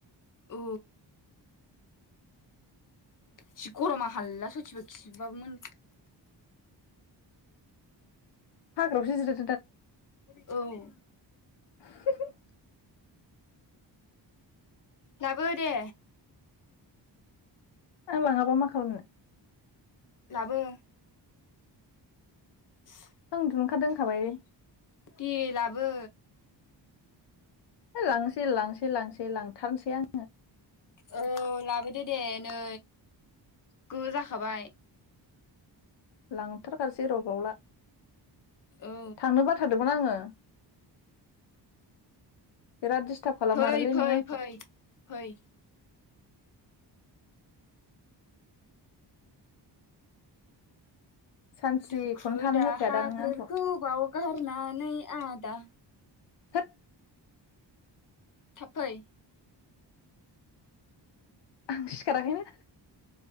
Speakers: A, on the left; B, on the left.
A: औ जि गरम आं हाला सयथिबो खिबाब मोन
B: हाग्रायाव सो
A: औ
B: <unintelligible>
A: लाबो दे
B: आं लाङाबा मा खालामनो
A: लाबो <inaudible>
B: आं उन्दुनो ओंखारदों होनखाबाय
A: दे लाबो
B: लांसै लांसै-लांसै लांथारसै आं
A: औ लाबोदो दे नै गोहो जाखाबाय
B: लांथारखसै रबावला
A: औ
B: थांनो बाथार दोंमोन आङो <unintelligible> खालामारोलै
A: फै फै-फै-फै
B: नोङो आंखौ सानसेखौनो
A: दुखु
B: थानो
A: दाहाफोरखौ
B: होखाया दा नोङो आंखौ
A: बावगारनानै आ दा ।
B: थोद।
A: थाबफै।
B: आं सिखारा‌ खैनो।